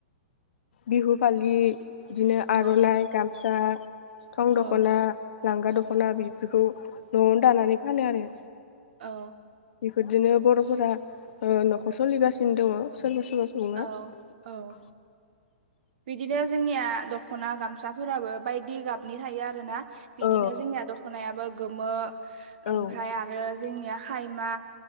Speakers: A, on the left; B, on the right.
A: बिहु फालि। बिदिनो
B: औ
A: आर'नाइ गामसा थं दख'ना
B: औ
A: लांगा दख'ना दख'ना बेफोरखौ न'आवनो दानानै फानो आरो।
B: औ।
A: बेफोरजोंनो बर'फोरा न'खर सोलिगासिनो दङ।
B: औ
A: <unintelligible>
B: औ बिदिनो जोंनिया दख'ना गामसाफोराबो बायदि गाबनि थायो आरोना। बिदिनो
A: औ
B: जोंनिया दख'नायाबो गोमो ओमफ्राय
A: औ
B: आरो जोंनियाखायमा